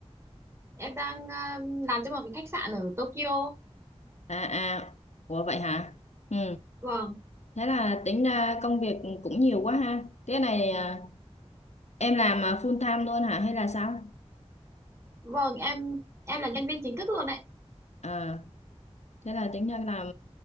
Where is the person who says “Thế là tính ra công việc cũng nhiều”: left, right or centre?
Left